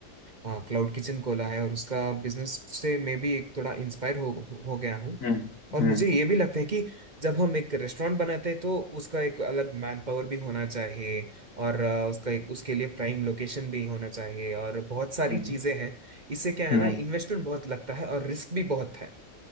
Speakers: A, on the right; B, on the left.
A: क्लाउड किचन खोला है और उसका बिजनेस से मैं भी एक थोड़ा इंस्पायर हो हो गया हूँ
B: हम्म
A: और
B: हम्म
A: मुझे ये भी लगता है कि जब हम एक रेस्टोरेंट बनाते हैं तो उसका एक अलग मैन पावर भी होना चाहिए और अ, उसका एक उसके लिए प्राइम लोकेशन भी होना चाहिए और बहुत सारी
B: हम्म
A: चीजें हैं इससे क्या
B: हम्म,
A: है ना इन्वेस्टमेंट बहुत लगता है और रिस्क भी बहुत है